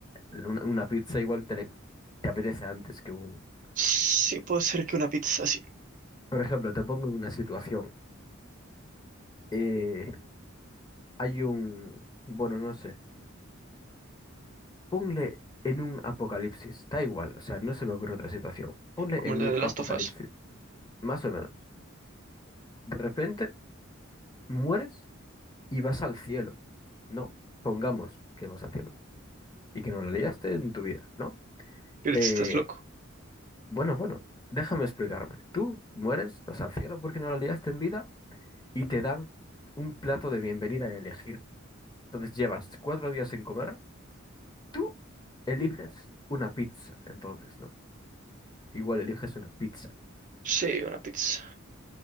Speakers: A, on the left (about 20°); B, on the right (about 40°).
A: una, una pizza igual te, le- te apetece antes que un...
B: Sí, puede ser que una pizza así,
A: Por ejemplo, te pongo en una situación. eh, hay un... Bueno, no sé. Ponle en un apocalipsis. Da igual, o sea, no se me ocurre otra situación. Ponle
B: como
A: en
B: el de
A: un
B: The Last
A: apocalipsis,
B: of Us.
A: más o menos. De repente mueres y vas al cielo, ¿no? Pongamos que vas al cielo y que no la liaste en tu vida, ¿no?
B: <laughs> Pero
A: Eh,
B: tú estás loco.
A: Bueno, bueno, déjame explicarme. Tú mueres, vas al cielo porque no la liaste en vida y te dan un plato de bienvenida a elegir. Entonces llevas cuatro días sin comer, tú eliges una pizza, entonces, ¿no? Igual eliges una pizza.
B: Sí, una pizza.